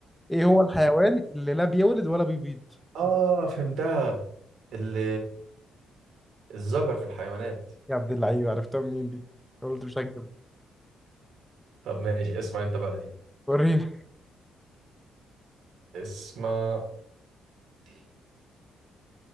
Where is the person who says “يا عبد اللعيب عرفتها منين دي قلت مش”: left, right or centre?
Centre